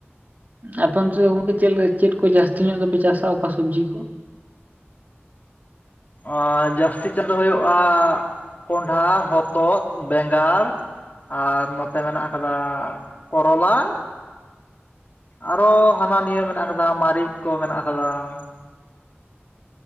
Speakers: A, on the right; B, on the left.
A: ᱟᱯᱮ ᱚᱱᱛᱮ ᱫᱚ ᱜᱚᱝᱠᱮ ᱪᱮᱫ ᱪᱮᱫ ᱠᱚ ᱡᱟᱹᱥᱛᱤ ᱧᱚᱜ ᱫᱚᱯᱮ ᱪᱟᱥᱟ ᱚᱠᱟ ᱥᱚᱵᱽᱡᱤ ᱠᱚ।
B: ᱟᱨ ᱡᱟᱹᱥᱛᱤ ᱪᱟᱥ ᱫᱚ ᱦᱩᱭᱩᱜ-ᱟ। ᱠᱚᱸᱰᱷᱟ ᱦᱚᱛᱚᱫ ᱵᱮᱸᱜᱟᱲ ᱟᱨ ᱱᱚᱛᱮ ᱢᱮᱱᱟᱜ ᱟᱠᱟᱫᱟ ᱠᱚᱨᱚᱞᱟ। ᱟᱨᱚ ᱦᱟᱱᱟ ᱱᱤᱭᱟᱹ ᱢᱮᱱᱟᱜ ᱟᱠᱟᱫᱟ ᱢᱟᱨᱤᱡ ᱠᱚ ᱢᱮᱱᱟᱜ ᱟᱠᱟᱫᱟ।